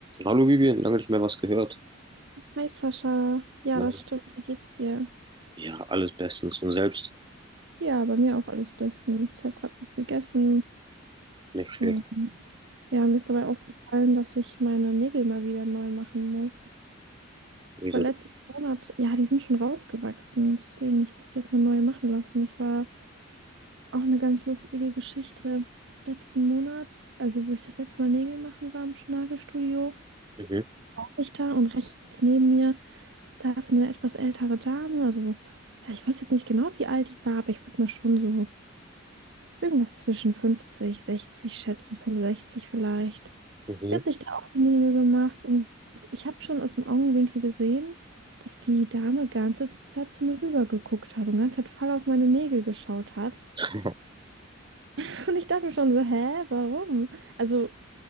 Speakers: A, on the right; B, on the right.
A: Hallo Vivian, lange nicht mehr was gehört.
B: Hi Sascha, ja,
A: Na,
B: das stimmt. Wie geht's dir?
A: ja, alles bestens und selbst
B: Ja, bei mir auch alles bestens. Ich habe gerade was gegessen.
A: nicht schlecht.
B: Ähm, Ja, mir ist dabei aufgefallen, dass ich meine Nägel mal wieder neu machen muss.
A: Wieso?
B: Ich war letzten Monat, ja, die sind schon rausgewachsen, deswegen ich muss die jetzt mal neu machen lassen. Ich war auch eine ganz lustige Geschichte. Letzten Monat, also wo ich das letzte Mal Nägel machen war im Nagelstudio,
A: Mhm.
B: saß ich da und rechts neben mir saß eine etwas ältere Dame, also ja, ich weiß jetzt nicht genau, wie alt die war, aber ich würde mal schon so irgendwas zwischen 50 60 schätzen, 65 vielleicht.
A: Mhm.
B: Die hat sich da auch die Nägel gemacht und ich habe schon aus dem Augenwinkel gesehen, dass die Dame ganze Zeit zu mir rüber geguckt hat und ganze Zeit voll auf meine Nägel geschaut hat.
A: <laughs>
B: <laughs> Und ich dachte mir schon so, hä, warum? Also,